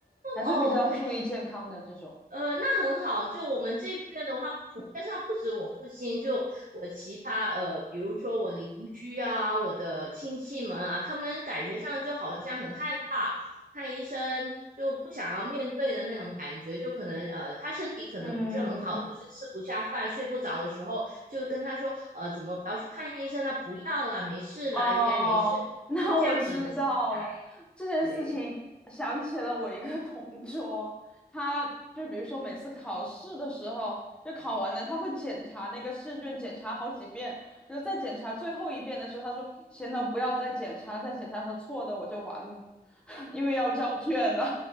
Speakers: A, in the centre; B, on the right (about 55°).
A: 还是比较注意健康的这种。
B: o k 呃，那很好。就我们这边的话，普遍上不止我父亲，就我其他呃，比如说我邻居啊，我的亲戚们啊，他们感觉上就好像很害怕看医生，就不想要面对的那种感觉。就可能呃，他身体可能不是很好，
A: 嗯，
B: 就是吃不下饭、睡不着的时候，就跟他说，呃，怎么不要去看医生了？不要了，没事了，
A: 哦，
B: 应该没事，
A: <laughs> 那我知道了。
B: 就这样子的心态。
A: 这件事情想起了我一个同桌，
B: 对。
A: 他就比如说每次考试的时候，就考完了，他会检查那个试卷，检查好几遍，然后再检查最后一遍的时候，他说：“行了，不要再检查了，再检查说错的我就完了，<laughs> 因为要交卷了。”